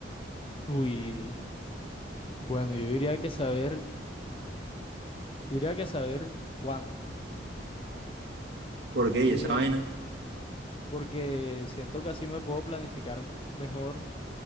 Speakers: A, on the left (about 30°); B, on the right (about 70°).
A: Uy, bueno, yo diría que saber, yo diría que saber cuándo.
B: Porque
A: Yo
B: esa
A: diría-
B: vaina.
A: porque siento que así me puedo planificar mejor